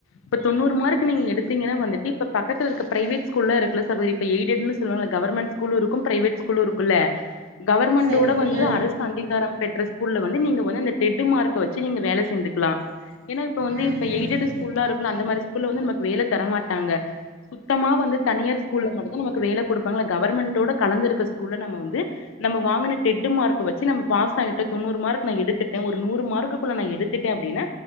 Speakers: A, on the left; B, on the right.
A: இப்ப தொண்ணூறு மார்க் நீங்க எடுத்தீங்கன்னா வந்துட்டு இப்ப பக்கத்துலருக்க பிரைவேட்ஸ் ஸ்கூல்லா இருக்குல்ல சகோதரி இப்ப எயிட்டன்னு சொல்லுவாங்க கவர்மெண்ட் ஸ்கூலு இருக்கு பிரைவேட் ஸ்கூலு இருக்குல்ல கவர்மென்டோட
B: சரி
A: வந்து
B: அ
A: அரசு அங்கீகாரம் பெற்ற ஸ்கூல்ல வந்து நீங்க வந்து அந்த டெட்டு மார்க்க வச்சு நீங்க வேல சேந்து க்லா ஏன்னா இப்ப வந்து
B: அ
A: இப்ப எயடட் ஸ்கூல்லா இருக்குல அந்த மாரி ஸ்கூல்ல வந்து நமக்கு வேல தரமாட்டாங்க சுத்தமா வந்து தனியார் ஸ்கூல்ல மட்டு தா நமக்கு வேல குடுப்பாங்கள கவர்மென்ட்டோட கலந்துருக்க ஸ்கூல்ல நம்ம வந்து நம்ம வாங்குன டெட் மார்க்க வச்சு நம்ம பாஸ் ஆய்ட்ட தொண்ணூறு மார்க் நா எடுத்துட்டே ஒரு நூறு மார்க்குள்ள நா எடுத்து எடுத்துட்டே அப்டின்னா